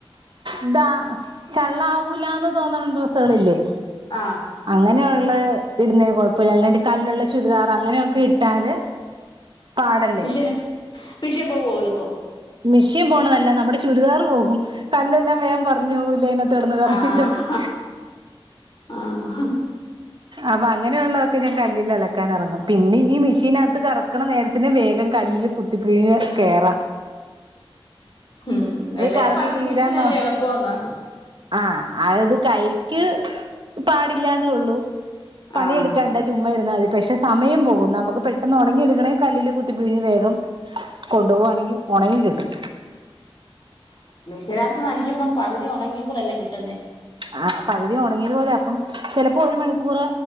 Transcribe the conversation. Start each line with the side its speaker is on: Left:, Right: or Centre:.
Right: ഇതാ ചള്ളാവൂലാന്ന് തോന്നണ ഡ്രസ്സുകളില്ലേ
Left: ആഹ്
Right: അങ്ങനെയുള്ള ഇടുന്ന കുഴപ്പമില്ല അല്ലാണ്ട് കല്ലുള്ള ചുരിദാറ് അങ്ങനെയൊക്കെ ഇട്ടാല് പാടല്ലേ
Left: മിഷ്യൻ മിഷ്യൻ പോകും എളുപ്പം
Right: മെഷ്യൻ പോണതല്ല നമ്മുടെ ചുരിദാർ പോകും കല്ലെല്ലാം വേഗം പറിഞ്ഞ് പോകില്ലേ ഇതിനകത്ത് കിടന്ന് കറങ്ങി
Left: ആഹ്
Right: കറങ്ങി
Left: ആഹ്
Right: അപ്പൊ അങ്ങനെയുള്ളതൊക്കെ ഞാൻ കല്ലിൽ അലക്കാൻ ഇറങ്ങും പിന്നെ ഈ മെഷിനകത്ത് കറക്കണ നേരത്തിന് വേഗം കല്ലില് കുത്തിപ്പിഴിഞ്ഞ് കയറാം
Left: ഉം എല്ലാരും
Right: കറങ്ങി
Left: പറയണത്
Right: തീരാൻ
Left: മിഷീൻ അല്ലേ
Right: നോ
Left: എളുപ്പോന്നാ
Right: ആഹ് അത് കൈക്ക് പാടില്ലാന്നേ ഉള്ളൂ പണിയെടുക്കണ്ടാ
Left: ആഹ്
Right: ചുമ്മാ ഇരുന്നാ മതി പക്ഷെ സമയം പോകും നമുക്ക് പെട്ടെന്ന് ഒണങ്ങി എടുക്കണെങ്കിൽ കല്ലില് കുത്തിപ്പിഴിഞ്ഞ് വേഗം കൊണ്ടുപോകുവാണെങ്കിൽ പ്പെ ഒണങ്ങി കിട്ടും
Left: ജലാത്തു നനക്കുമ്പം പകുതി ഉണങ്ങിയും കൂടെല്ലേ കിട്ടുന്നേ
Right: ആ പൾ ഒണങ്ങിയത് പോലെ അപ്പം ചിലപ്പോ ഒരു മണിക്കൂർ